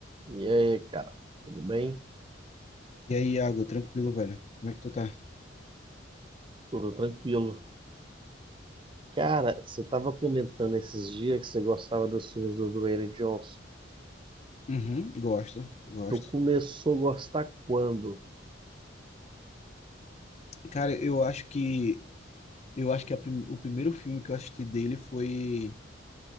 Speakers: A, on the right; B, on the left.
A: E aí, cara, tudo bem?
B: E aí, Iago, tranquilo, velho? Como é que tu tá?
A: Tudo tranquilo. Cara, você tava comentando esses dias que você gostava dos filmes do Dwayne Johnson.
B: Uhum, gosto, gosto.
A: Tu começou a gostar quando?
B: Cara, eu acho que eu acho que a prim- o primeiro filme que eu assisti dele foi